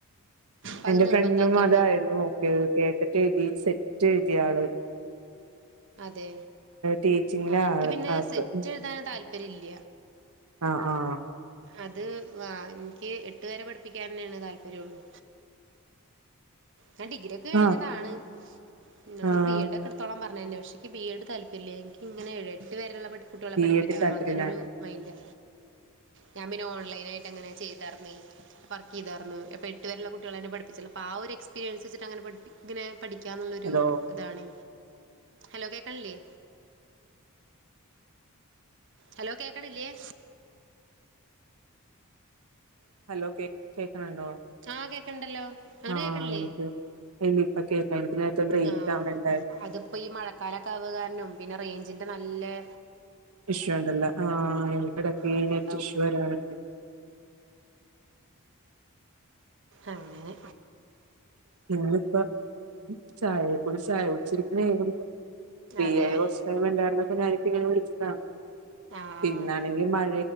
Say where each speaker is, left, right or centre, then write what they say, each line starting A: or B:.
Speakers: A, on the right; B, on the right.
A: അപ്പം
B: എന്റെ
A: അത് നിർബന്ധമാക്കിയാണ്
B: ഫ്രണ്ടും അതയിരുന്നു ഓക്കെ കേട്ടറ്റ് എഴ്തി ഴുതിയാണ്
A: അതെ
B: ടീച്ചിങ്ങില
A: ആ എനിക്ക്
B: ആള്
A: പിന്നെ
B: ആൾക്ക്
A: സെറ്റ് എഴുതാന താ പ്പരില്ല
B: ആഹ് ആഹ്
A: അത് വ എനിക്ക് എട്ടു വേരെ പഠിപ്പിക്കാൻന്നെയാണ് താല്പര്യംള്ളു ഞാൻ ഡിഗ്രി ഒക്കെ കഴിഞ്ഞതാണ്
B: ആഹ്
A: എന്നോട്
B: ആഹ്
A: ബി എഡ് ഒക്കെ എടുത്തോളാം പറ കാര എൻ്റെക്ഷേ ബി എഡ് താല്പയമില്ല എനി ഇങ്ങനെഴ എട്ട് വെയുള്ള കുട്ടികളെ
B: ബി
A: പഠിപ്പിക്കണം
B: എഡ് താല്പര്യല്ലാണ്
A: അങ്ങനെരു മൈൻഡ് ഞാൻ പിന്നെ ഓൺലൈൻ ആയിട്ട് അങ്ങനെ ചെയ്തർന്ന വർക്ക് ചെയ്തരുന്നു അപ്പൊ എട്ട് വരള്ള കുട്ടികള എന്നെ പഠിപ്പിച്ച അപ്പ ആ ഒര് പീരിയൻസ് വച്ചിട്ട് അങ്ങനെ പഠിപ്പിക്ക പഠിക്കാന്നുള്ളൊരു
B: ഹലോ
A: ഇതാണ് ഹലോ കേക്കണില്ലേ ഹലോ കേക്കണില്ലയേ
B: ഹലോ കേ കേക്കണുണ്ടോ?
A: ആ കേക്കണുണ്ടല്ലോ അങ്ങട്ട്കേക്കണില്ലേ
B: ആഹ് എനിക്ക് ഇല്ല ഇപ്പൊ കേൾക്കാം എനിക്ക് നേരത്തെ ബ്രേക്ക്
A: ആ
B: അവിടെ ഉണ്ടായിരുന്നു
A: അതിപ്പോ ഈ മഴക്കാലൊക്കെ ആവതു കാരണം പിന്നെ റേഞ്ച നല്ലെ
B: ഇഷ്യൂ ഉണ്ടല്ലോ ആഹ് എനിക്ക് ഇടക്ക്
A: അതുകൊണ്ടാവും
B: ഈ നെറ്റ് ഇഷ്യൂ വരാറുണ്ട്
A: അങ്നെ
B: ഇന്നിപ്പോ ചായയെക്കൂടി ചായ കുടിച്ച് <unintelligible> ഫ്രീയായ
A: അതെ
B: കൊറച്ച് ടൈം ഉണ്ടായിരുന്നപ്പോ ഞാനിപ്പങ്ങനെ വിളി ആഹ്
A: ആഹ്
B: പിന്നാണെങ്കിൽ മഴ